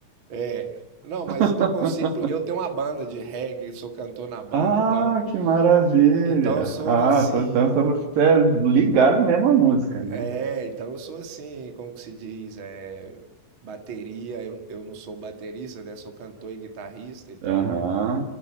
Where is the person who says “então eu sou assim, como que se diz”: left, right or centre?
Right